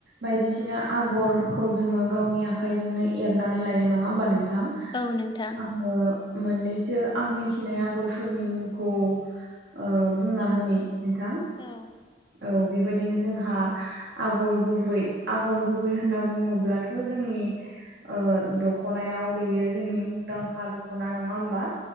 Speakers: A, on the right; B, on the left.
A: बायदिसिना आगरखौ जों ओं गावनि आखाइजोंनो एरनानै लायो नङा होमबा नोंथां? नोथां
B: औ नोंथां
A: आङो मोननैसो आं मिन्थिनाय आगरफोरनि मुंखौ ओ बुंना होनि नोंथां
B: औ
A: औ बेबायदिनो जोंहा आगर गुबै आगर गुबै होनना बुङोब्लाथ' जोंनि ओ दख'नायाव बेयो जोंनि मुंदांखा दखना नङा होमबा?